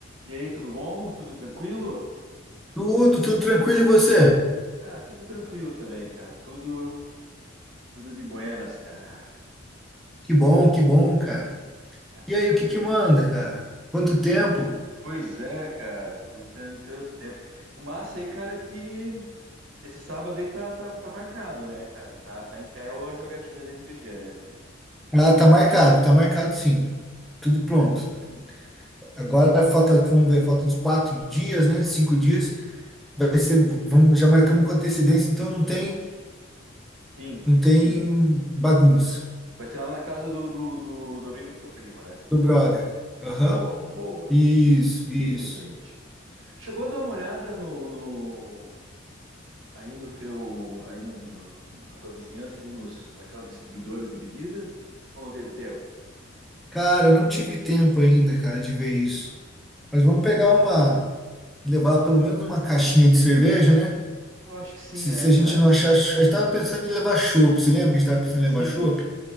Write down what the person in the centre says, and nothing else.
Tudo, tudo tranquilo e você?
Que bom, que bom, cara.
E aí, o que que manda, cara? Quanto tempo?
Ah, tá marcado, tá marcado sim. Tudo pronto. Agora falta, vamos ver, faltam uns quatro dias, né? Cinco dias. Vai ser, vamos, já marcamos com antecedência, então não tem,
não tem
bagunça.
Do brother. Aham.
Isso,
isso.
Cara, não tive tempo ainda, cara, de ver isso. Mas vamos pegar uma, levar pelo menos uma caixinha de cerveja, né?
Se,
se a
gente não achar. A gente tava pensando em levar chopp. Você lembra que a gente tava pensando
em levar chopp?